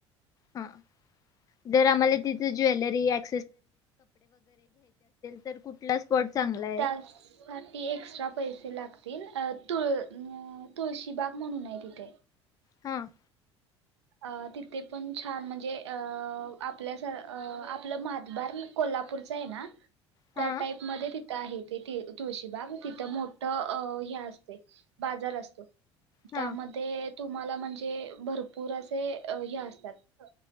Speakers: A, on the left; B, on the right.
A: हां जर आम्हाला तिथं ज्वेलरी ॲ तर कुठला स्पॉट चांगला आहे
B: त्यासाठी एक्स्ट्रा पैसे लाग तील अ तुळ अ तुळशीबाग म्हणून आहे तिथे.
A: हां.
B: अ तिथे पण छान म्हंजे अ आपल्या सा अ आपलं म्हातबारी कोल्हापूरच हय ना.
A: हा
B: त्या टाईपमध्ये ति आहे ते ती तुळशीबाग तिथं मोठं अ हे असतय बाजार असतो.
A: हा
B: त्यामध्ये तुम्हाला म्हणजे भर पूर असे हे असतात